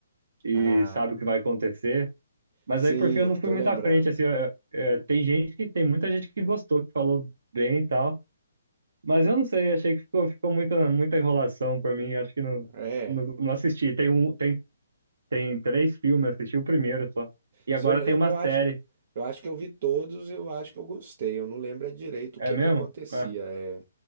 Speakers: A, on the right; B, on the right.
A: e
B: Ah,
A: sabe o que vai acontecer. Mas
B: sim,
A: aí, por fim, eu não fui
B: tô
A: muito
B: lembrando.
A: à frente, assim, é, é, tem gente que, tem muita gente que gostou, que falou bem e tal, mas eu não sei, achei que ficou, ficou muita, muita enrolação pra mim, acho que não,
B: É,
A: não, não assisti. Tem um, tem, tem três filmes, eu assisti o primeiro só. E
B: se
A: agora
B: eu lembro,
A: tem uma
B: eu
A: série,
B: acho, eu acho que eu vi todos, eu acho que eu gostei. Eu não lembro é direito o
A: é
B: que
A: mesmo?
B: que acontecia.
A: É,
B: É,